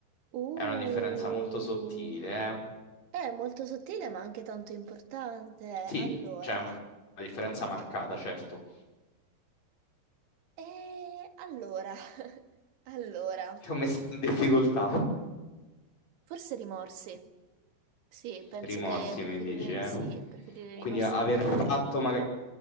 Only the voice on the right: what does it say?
Uh,
è molto sottile, ma anche tanto importante.
Allora,
e allora, <laughs> allora,
forse rimorsi. Sì, penso
che preferirei,
sì, preferirei
rimorsi
e rimpianti.